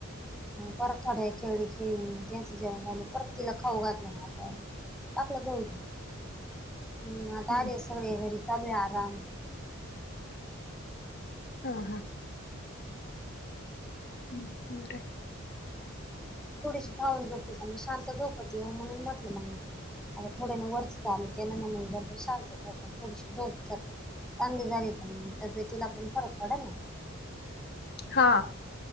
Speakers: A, in the centre; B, on the left.
A: परत थोड्या वेळ खेळी त्यांचं जेवण झालं परत तिला खाऊ घातलं ना आता टाकलं जाम् आता
B: हम्म
A: आले सगळे घरी चालू आहे. आराम
B: हा हा हम् बरं
A: थोडीशी खाऊ झोपली का म्हणजे शांता झोपती हो म्हणून म्हटलं मग आता थोड्या ना वर्थ चालू के न म्ह डबर शांत पण थोडीशी झोप चांगली झाली तरग तब्येतीला पण फरक पडेल. ना
B: हा